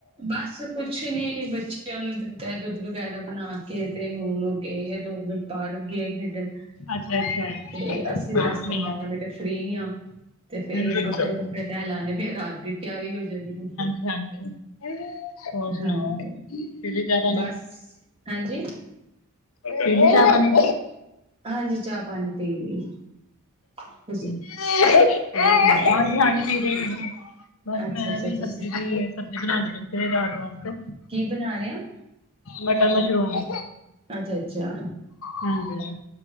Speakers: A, on the right; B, on the left.
A: ਬਸ ਕੁਛ ਨੀ ਬੱਚਿਆਂ ਨੂੰ ਦਿੱਤਾ ਹੈ ਦੁੱਧ ਵਗੈਰਾ ਬਣਾ ਤੇ ਹੁਣ ਉਹ ਗਏ ਦੋਵੇਂ ਬਾਹਰ ਗਏ ਖੇਡਣ। ਤੇ
B: ਅੱਛਾ-ਅੱਛਾ, ਹੋਰ
A: ਅਸੀਂ ਦਸ-
B: ਸੁਣਾਓ?
A: ਪੰਦਰਾਂ ਮਿੰਟ ਫਰੀ ਹਾਂ। ਤੇ ਫੇਰ
B: ਹਾਂਜੀ।
A: ਕੱਪੜੇ ਕੁਪੜੇ ਤੈ ਲਾਣੇ, ਫੇਰ ਰਾਤ ਦੀ ਤਿਆਰੀ ਹੋ ਜਾਣੀ।
B: ਹਾਂਜੀ। ਹੋਰ ਸੁਣਾਓ,
A: ਹਾਂਜੀ
B: ਪੀਲੀ ਚਾ ਪਾਣੀ?
A: ਬਸ ਹਾਂਜੀ
B: ਪੀਲੀ ਚਾਹ ਪਾਣੀ।
A: ਹਾਂਜੀ, ਚਾਹ ਪਾਣੀ ਪੀ ਲੀ। ਤੁਸੀਂ
B: ਹੋਰ ਸੁਣਾਓ? ਹਾਂਜੀ -ਹਾਂਜੀ, ਪੀ ਲੀ ਬਸ
A: ਅੱਛਾ
B: ਮੈਂ
A: ਅੱਛਾ
B: ਵੀ
A: ਤੁਸੀਂ
B: ਸਬਜੀ ਦੀਏ। ਸਬਜੀ ਬਣਾਂਦੇ ਪੇਸੀ ਰਾਤ ਵਾਸਤੇ।
A: ਕੀ ਬਣਾ ਲਿਆ।
B: ਮਟਰ- ਮਸ਼ਰੂਮ।
A: ਅੱਛਾ-ਅੱਛਾ -ਅੱਛਾ।
B: ਹਾਂਜੀ।